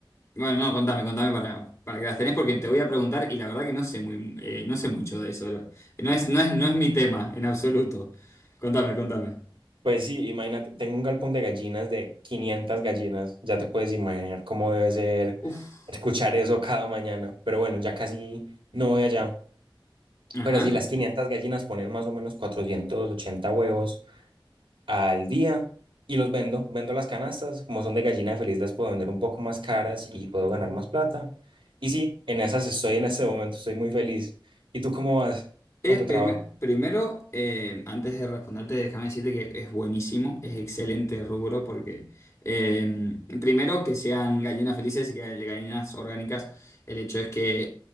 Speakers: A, on the left; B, on the right.
A: bueno, no, contame, contame para, para que las tenés porque te voy a preguntar y la verdad que no sé muy, eh, no sé mucho de eso. No es, no es, no es mi tema en absoluto. Contame, contame.
B: Pues sí, imagínate, tengo un galpón de gallinas de 500 gallinas, ya te puedes imaginar cómo debe ser
A: Uf,
B: escuchar eso cada mañana, pero bueno, ya casi no voy allá.
A: Ajá.
B: Pero si las 500 gallinas ponen más o menos 480 huevos al día y los vendo, vendo las canastas, como son de gallina feliz las puedo vender un poco más caras y puedo ganar más plata. Y sí, en esas estoy en este momento, estoy muy feliz. ¿Y tú cómo vas
A: Eh,
B: con tu
A: primer-
B: trabajo?
A: primero, eh, antes de responderte, déjame decirte que es buenísimo, es excelente rubro porque eh, primero que sean gallinas felices y que haya gallinas orgánicas, el hecho es que